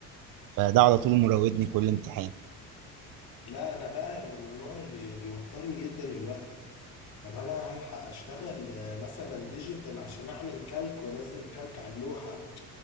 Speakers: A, on the right; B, on the left.
A: فده على طول مراودني كل امتحان
B: لا انا بقى انا من النوع اللي بيوترني جدا الوقت طب انا هلحق اشتغل آه، مثلا ديجيتال عشان اعمل كالك وانزل كالك على اللوحة